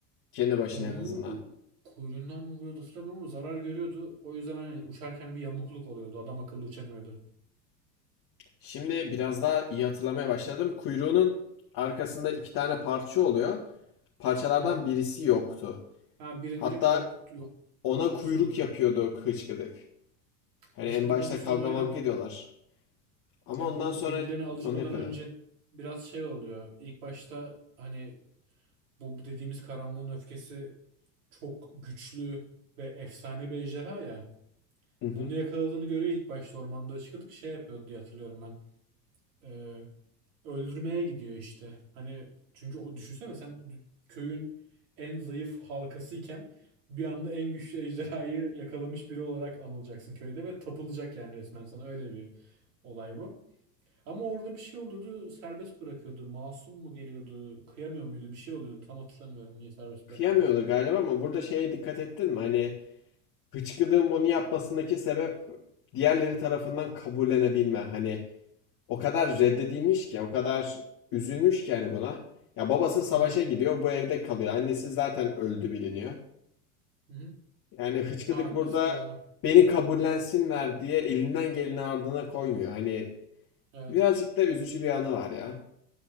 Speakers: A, on the left (about 45°); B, on the right (about 70°).
A: Kendi başına
B: Kuyruğu
A: en azından.
B: kuyruğundan mı vuruyordu hatırlamıyorum ama zarar görüyordu. O yüzden hani uçarken bir yamukluk oluyordu. Adam akıllı uçamıyordu.
A: Şimdi biraz daha iyi hatırlamaya başladım. Kuyruğunun arkasında iki tane parça oluyor. Parçalardan
B: Hı hı.
A: birisi yoktu.
B: Ha biri
A: Hatta
B: direkt yok yok
A: ona
B: ama o
A: kuyruk
B: nasıl oluyordu?
A: yapıyordu hıçkıdık. Hani
B: Hıçkıdık
A: en başta
B: ona sonra
A: kavga
B: aynen.
A: mavga ediyorlar. Ama
B: Ya
A: ondan
B: bu
A: sonra
B: birbirlerine alışmadan
A: onu yapıyordu.
B: önce biraz şey oluyor. İlk başta hani bu dediğimiz karanlığın öfkesi çok güçlü ve efsane bir ejderha ya.
A: Hı hı.
B: Bunu yakaladığını görüyor ilk başta ormanda çıkıyorduk şey yapıyordu diye hatırlıyorum ben. Ee, öldürmeye gidiyor işte. Hani çünkü o düşünsene sen köyün en zayıf halkasıyken bir anda en güçlü ejderhayı yakalamış biri olarak anılacaksın köyde ve tapılacak yani resmen sana öyle bir olay bu. Ama orada bir şey oluyordu, serbest bırakıyordu. Masum mu geliyordu, kıyamıyor muydu? Bir şey oluyordu. Tam hatırlamıyorum niye serbest
A: Kıyamıyordu
B: bıraktığını.
A: galiba ama burada şeye dikkat ettin mi? Hani hıçkırığın bunu yapmasındaki sebep diğerleri tarafından kabullenebilme. Hani o kadar reddedilmiş ki, o kadar üzülmüş ki yani buna. Ya babası savaşa
B: Hı hı.
A: gidiyor, bu evde kalıyor. Annesi zaten öldü biliniyor.
B: Hı hı.
A: Yani hıçkıdık
B: Aa, annesi
A: burada
B: doğru.
A: beni kabullensinler diye elinden geleni ardına koymuyor. Hani
B: Evet.
A: birazcık da üzücü bir anı var ya.